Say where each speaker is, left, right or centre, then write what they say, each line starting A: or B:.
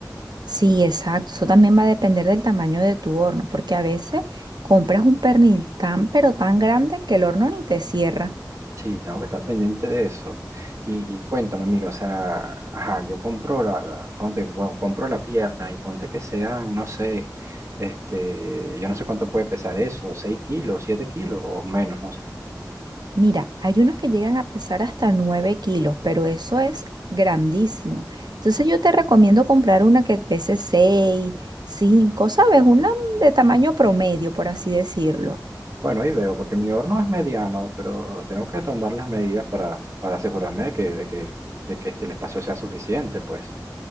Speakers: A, on the right; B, on the right.
A: Sí, exacto. Eso también va a depender del tamaño de tu horno, porque a veces compras un pernil tan pero tan grande que el horno ni te cierra.
B: Sí, tengo que estar pendiente de eso. Y, y cuéntame, amiga, o sea, ajá, yo compro la, la- ponte, bueno, compro la pierna y ponte que sean, no sé, este, yo no sé cuánto puede pesar eso, 6 kilos, 7 kilos o menos, no sé.
A: Mira, hay unos que llegan a pesar hasta 9 kilos, pero eso es grandísimo. Entonces yo te recomiendo comprar una que pese 6, 5, ¿sabes? Una de tamaño promedio, por así decirlo.
B: Bueno, ahí veo, porque mi horno es mediano, pero tengo que tomar las medidas para, para asegurarme de que, de que, de que este, el espacio sea suficiente, pues.